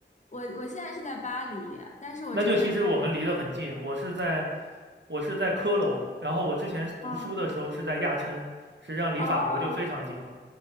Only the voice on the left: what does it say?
我我现在是在巴黎，但是我之前在，
哦
哦，